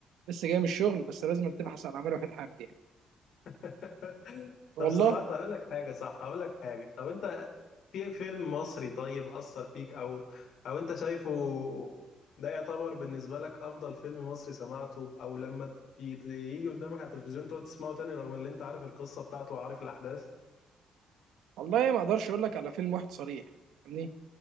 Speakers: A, on the right (about 80°); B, on the left (about 70°).
A: لسه جاي من الشغل بس لازم تبحث عن اعمال وحيد حامد يعني
B: <laughs>
A: والله
B: طب سمعت أقول لك حاجة صح أقول لك حاجة طب أنت في فيلم مصري طيب أثر فيك أو أو أنت شايفه ده يعتبر بالنسبة لك أفضل فيلم مصري سمعته أو لما تي- تي- يجي قدامك على التلفزيون تقعد تسمعه تاني رغم اللي أنت عارف القصة بتاعته وعارف الأحداث
A: والله ما اقدرش اقول لك على فيلم واحد صريح يعني